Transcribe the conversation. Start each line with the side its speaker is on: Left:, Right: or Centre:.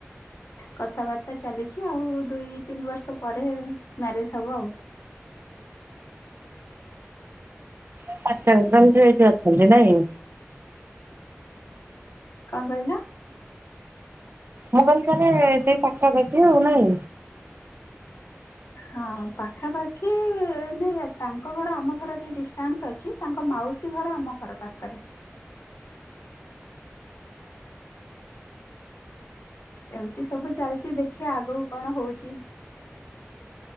Left: କଥାବାର୍ତ୍ତା ଚାଲିଛି ଆଉ ଦୁଇ ତିନି ବର୍ଷ ପରେ ମ୍ୟାରେଜ ହବ ଆଉ।
Right: ଆଠଟାରେକଲେ ନଲେ ଜେବ୍ ଅଟ ନାଆକି।
Left: କଣ କହିଲ?
Right: ମୁଁ କହିଲି ତାହେଲେ ସେଇ ପାଖା ପାଖି ଆଉ ନହିଁ?
Left: ହଁ ପାଖାପାଖି ନାଇଁ ଆ ତାଙ୍କ ଘର ଆମ ଘର ଟିକେ ଡିଷ୍ଟାନ୍ସ ଅଛି। ତାଙ୍କ ମାଉସୀ ଘର ଆମ ଘର ପାଖରେ। ଏମିତି ସବୁ ଚାଲିଛି ଦେଖିଆ ଆଗକୁ କଣ ହଉଛି?